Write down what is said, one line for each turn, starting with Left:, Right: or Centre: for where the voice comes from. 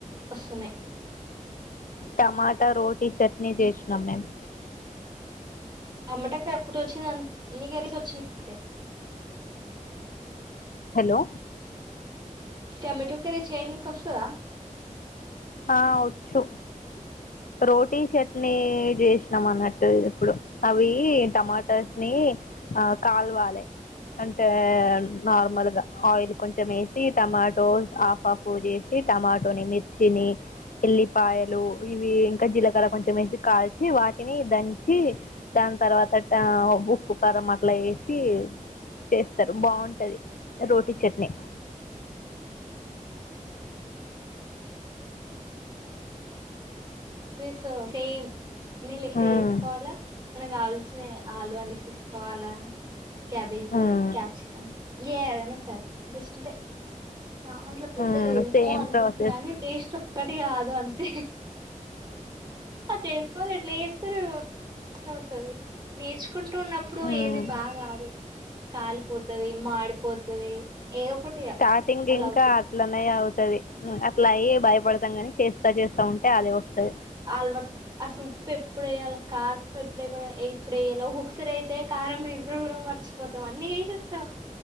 Right: వస్తున్నాయి
Left: టమాటా, రోటీ, చట్నీ చేసినాం. మేమ్
Right: అమ్మట అక్కడ వచ్చింది. అంటే అన్ని కలసి వచ్చింది.
Left: హలో
Right: టమటో కర్రీ చైనికా వస్తదా
Left: ఆ వచ్చు రోటీ, చట్నీ చేసినాం. అన్నట్టు ఇప్పుడు అవి టమాటర్స్ ని ఆ కాల్వాలి. అంటే నార్మల్గా ఆయిల్ కొంచెం వేసి టమాటోస్ హాఫ్ హాఫ్ చేసి టమాటోని, మి ఎల్లిపాయలు ఇవి ఇంకా జీలకర్ర కొంచం వేసి కాల్చి వాటిని దంచి దాని తర్వాత ఉప్పు, కారం అట్లా వేసి చేస్తారు బాగుంటంది. రోటీ చట్నీ
Right: త్రి సో సేమ్ నీలెక్క
Left: ఉమ్
Right: చేసుకోవాలా ఏమైనా కావాల్సిన ఆలు అనేసి కోలా, క్యాబేజీ,
Left: ఉమ్
Right: క్యాప్సికం ఏ ఏదైనా సరే జస్ట్ టే దాంట్లో పెద్దగా
Left: ఉమ్
Right: ఏమో
Left: సేమ్
Right: అనుకుంటాం.
Left: ప్రాసెస్
Right: కాని టేస్ట్ ఒకటి కాదు అంతే ఆ చేసుకొని ఎట్లా చేస్ చేస్తరు. <unintelligible> నేర్చు అనుకుంటున్నప్పుడు
Left: ఉమ్
Right: ఏది బాగా రాదు. కాల్పోది ది. మాడిపోతుది ఏదో ఒకటిగా
Left: స్టార్టింగ్
Right: అట్లా
Left: ఇంకా
Right: అవుతది.
Left: అట్లనే అవుతది అట్లా అయి భయపడతాం. కాని చేస్తా చేస్తా ఉంటే అదే వస్తది.
Right: అలవాట్ అసలు ఉప్పు ఎప్పుడు వేయ్యాలా కారం, ఎప్పుడ ఏప్పుడుయ్యాలో ఒకసారి అయితే కారం వెయ్యడం కూడా మర్చిపోత అన్నీ చేసేస్తాం.